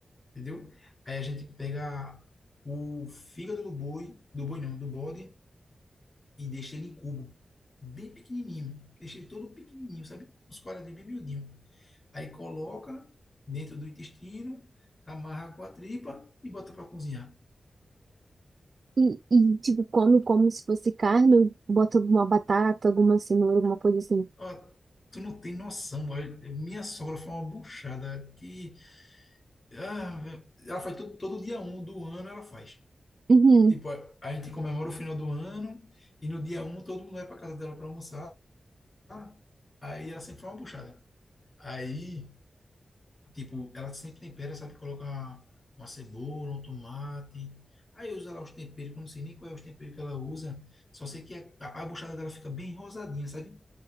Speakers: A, on the left; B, on the right.
A: entendeu? Aí a gente pega o fígado do boi, do boi não, do bode, e deixa ele em cubo, bem pequenininho. Deixa ele todo pequenininho, sabe? Uns quadradinhos bem miudinho. Aí coloca dentro do intestino, amarra com a tripa e bota para cozinhar.
B: E, e, tipo, come como se fosse carne, bota alguma batata, alguma cenoura, alguma coisa assim.
A: Ó, tu não tem noção, velho. Minha sogra foi uma buchada que... ah, ela faz todo, todo dia um do ano, ela faz.
B: Uhum,
A: Tipo, a a gente comemora o final do ano e no dia um todo mundo vai para casa dela para almoçar. Ah, Aí ela sempre faz uma buchada. Aí, tipo, ela sempre tempera, sabe? Coloca uma cebola, um tomate. Aí usa lá os temperos, que eu não sei nem qual é os temperos que ela usa. Só sei que a, a, a buchada dela fica bem rosadinha, sabe?